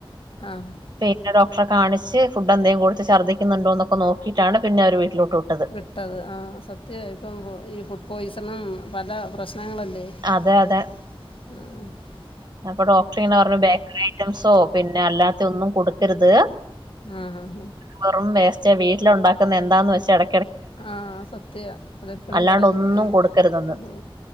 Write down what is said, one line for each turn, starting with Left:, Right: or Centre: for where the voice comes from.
Left: ആഹ്
Right: പിന്നെ ഡോക്റെ കാണിച്ച് ഫുഡ് എന്തേലും കൊടുത്ത് ഛദ്ദിക്കുന്നുണ്ടോന്നൊക്കെ നോക്കിയിട്ട പിന്നെര് വീട്ടിലോട്ട് വിട്ട്
Left: വിട്ടത് ആഹ് സത്യ ഇപ്പം ഈ ഫുഡ് പോയ്സണും പല പ്രശ്നങ്ങളല്ലേ
Right: അതെ അതെ
Left: ഉം
Right: അപ്പൊ ഡോക്ടറിങ്ങനെ പർഞ്ഞു ബേക്കറി ഐറ്റംസോ പിന്നെ അല്ലാത്ത ഒന്നും കൊടുക്കരുത്.
Left: ആഹ്.
Right: വെറും വേസ്റ്റ വീട്ടില് ഉണ്ടാക്കുന്ന എന്താന്ന് വെച്ചാ എട
Left: ആഹ് സത്യ അതെപ്പഴും
Right: അല്ലാണ്ട്
Left: പറയും
Right: ഒന്നും
Left: ത്
Right: കൊടുക്കരുതെന്ന്
Left: ഉം.